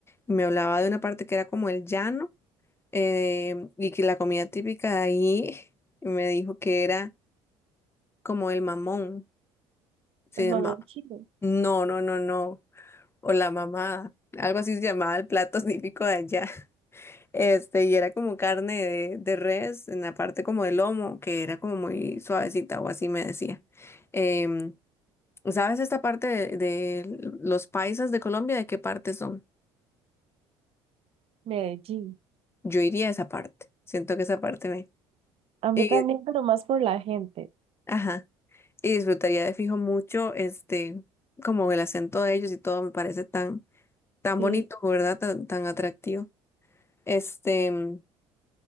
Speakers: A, on the left (about 20°); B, on the right (about 50°).
A: y me hablaba de una parte que era como el llano eh, y que la comida típica de ahí <laughs> me dijo que era como el mamón. Se
B: El
A: llama,
B: mamón chino.
A: no, no, no, no, o la mamá, algo así se llamaba el plato <laughs> típico de allá. <laughs> Este, y era como carne de, de res, en la parte como del lomo, que era como muy suavecita, o así me decía. Em, ¿sabes esta parte de, de los paisas de Colombia? ¿De qué parte son?
B: Medellín.
A: Yo iría a esa parte, siento que esa parte me...
B: A mí
A: Y,
B: también, pero más por la gente.
A: ajá, y disfrutaría de fijo mucho, este, como el acento de ellos y todo me parece tan, tan
B: Sí.
A: bonito, ¿verdad? Tan, tan atractivo. Este, mm,